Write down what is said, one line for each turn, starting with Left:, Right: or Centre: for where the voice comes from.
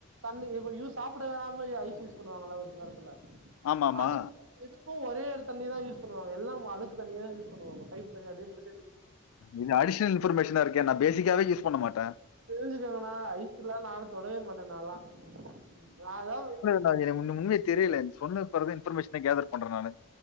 Right: தண்ணி ஏவு யூ சாப்பிடயாம யா ஐஸ் யூஸ் பண்ணுவாங்கல்லா ஒரு படத்துல
Left: ஆமா ஆமா
Right: அதுக்கு எதுக்கு ஒரே ஒரு தண்ணீ தா யூஸ் பண்ணுவாங்க எல்லா உ அழுக்கு தண்ணி தா யூஸ் பண்ணுவாங்க பைப்பு தண்ணி அப்படியே புடிச்
Left: இது அடிஷனல் இன்பர்மேஷனா இருக்கே நா பேசிக்காவே யூஸ் பண்ண மாட்டே
Right: தெரிஞ்சுக்கங்கன்னா ஐஸ்லா நானு தொடவே மாட்ட நாலா நா அதாவ்
Left: அது உன்னு உன்னுமே தெரில நீ சொன்து அப்பறோ தா இன்ஃபர்மேஷனே கேதர் பண்ற நானு